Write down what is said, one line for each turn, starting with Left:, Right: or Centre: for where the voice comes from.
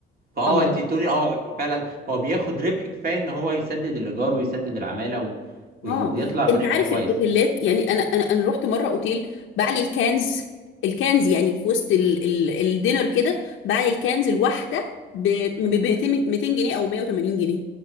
Right: فاه
Left: اه
Right: انت تقولي اه هو فعلا هو بياخد ربح كفايه ان هو يسدد الايجار ويسدد العماله و... وي-
Left: اه
Right: ويطلع بربح
Left: انت عارف
Right: كويس
Left: الاوتيلات يعني انا انا انا رحت مره اوتيل بعلي الكنز الكنز يعني في وسط ال ال الدينر كده بعلي الكنز الواحده ب ب- ب- 200 200 جنيه او 180 جنيه